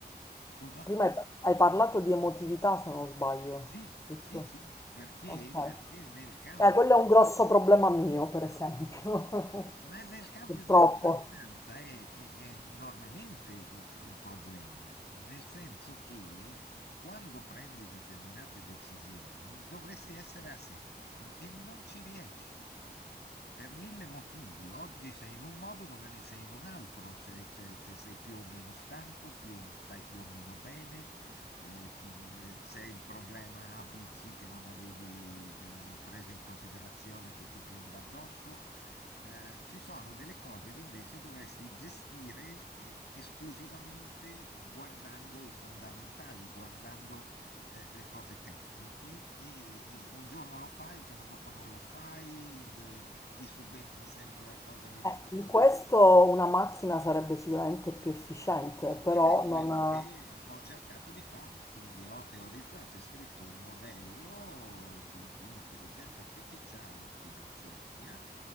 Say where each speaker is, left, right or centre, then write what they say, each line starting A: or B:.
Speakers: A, on the left; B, on the left.
A: Scusa?
B: Prima hai, hai parlato di emotività, se non sbaglio,
A: Sì,
B: giusto?
A: sì, sì, perché?
B: Ok.
A: Perché nel campo
B: Eh, quello è un grosso problema mio, per esempio,
A: Ma nel campo
B: <laughs> purtroppo.
A: de- della finanza è, è- è enormemente u- un problema, nel senso che quando prendi determinate decisioni dovresti essere asettico e non ci riesci per mille motivi. Oggi sei in un modo, domani sei in un altro, cioè, cioè, te sei più o meno stanco, più- stai più o meno bene, eh, ti- eh, c'è il problema ABC che non avevi eh, preso in considerazione che ti piomba addosso. Eh, ci sono delle cose che invece dovresti gestire eh, esclusivamente guardando i fondamentali, guardando eh, le cose tecniche e, e un giorno lo fai, il giorno dopo non lo fai, d- d- ti subentra sempre la cosa che dici
B: Eh,
A: no.
B: in questo una macchina sarebbe sicuramente più efficiente, però
A: Ed è quello
B: non... ha-
A: che ho cercato di fare, quindi ho teorizzato e scritto un modello di, di intelligenza artificiale finanziaria